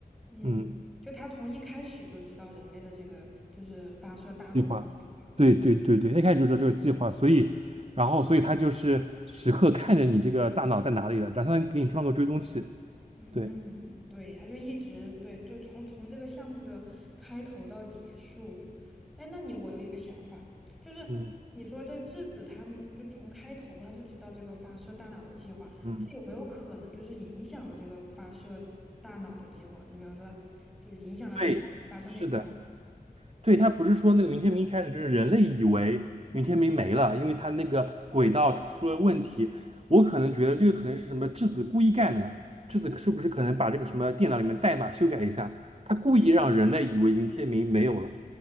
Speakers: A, in the centre; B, on the right.
A: 嗯，
B: 嗯，
A: 就他从一开始就知道人类的这个就是发射大脑的计划。
B: 计划，对对对对，一开始就说这个计划，所以然后所以他就是时刻看着你这个大脑在哪里了，然后相当于给你装个追踪器。
A: 嗯，
B: 对，
A: 对，他就一直对，就从从这个项目的开头到结束。哎，那你我有一个想法，就是你说这质子他们就从开头他就知道这个发射大脑的计划，
B: 嗯嗯，
A: 他有没有可能就是影响了这个发射大脑的计划呢？你比方说，就影响了到底发射哪个大脑？
B: 对，是的。对，他不是说那个云天明一开始就是人类以为云天明没了，因为他那个轨道出了问题。我可能觉得这个可能是什么质子故意干的，质子是不是可能把这个什么电脑里面代码修改一下，他故意让人类以为云天明没有了。